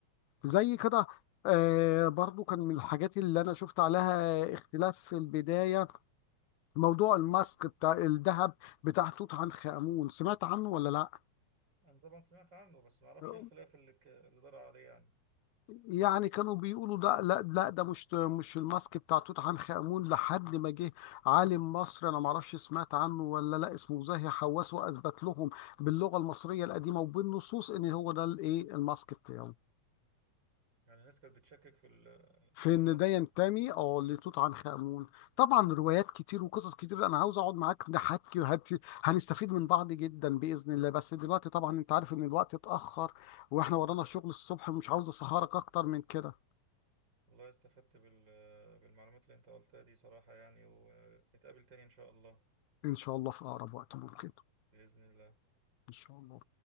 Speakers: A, on the left (about 80°); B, on the right (about 35°).
A: زي كده آه برضو كان من الحاجات اللي انا شفت عليها اختلاف في البدايه موضوع الماسك بتاع الذهب بتاع توت عنخ امون سمعت عنه ولا
B: انا طبعا سمعت عنه بس ما اعرفش
A: لا
B: ايه الخلاف اللي ك... اللي دار عليه يعني
A: يعني كانوا بيقولوا ده لا لا ده مش مش الماسك بتاع توت عنخ آمون لحد ما جه عالم مصري انا ما اعرفش سمعت عنه ولا لا اسمه زاهي حواس واثبت لهم باللغه المصريه القديمه وبالنصوص ان هو ده الايه الماسك بتاعه
B: يعني الناس كانت بتشكك في ال...
A: في
B: ان
A: ان
B: الماسك
A: ده ينتمي اه
B: مم.
A: لتوت عنخ آمون طبعا روايات كتير وقصص كتير انا عاوز اقعد معاك نحكي وهت- هنستفيد من بعض جدا باذن الله بس دلوقتي طبعا انت عارف ان الوقت اتاخر واحنا ورانا شغل الصبح مش عاوز اسهرك اكتر من كده
B: والله استفدت بال... بالمعلومات اللي انت قلتها دي صراحة يعني ونتقابل تاني ان شاء الله
A: ان شاء الله في اقرب وقت ممكن
B: بإذن الله
A: ان شاء الله